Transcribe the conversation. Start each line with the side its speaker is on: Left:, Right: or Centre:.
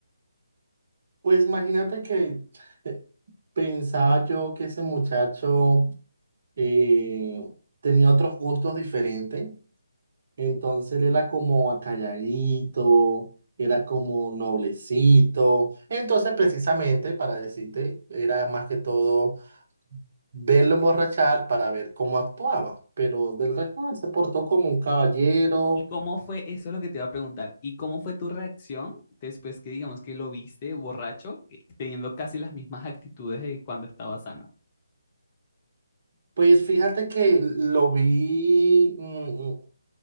Right: pues imagínate que eh, pensaba yo que ese muchacho eh, tenía otros gustos diferentes. Entonces él era como acalladito, era como noblecito. Entonces, precisamente para decirte, era más que todo verlo emborrachar para ver cómo actuaba. Pero del resto él se portó como un caballero.
Left: ¿Y cómo fue? Eso es lo que te iba a preguntar. ¿Y cómo fue tu reacción después que digamos que lo viste borracho, eh, teniendo casi las mismas actitudes de cuando estaba sano?
Right: Pues fíjate que lo vi. mm, mm,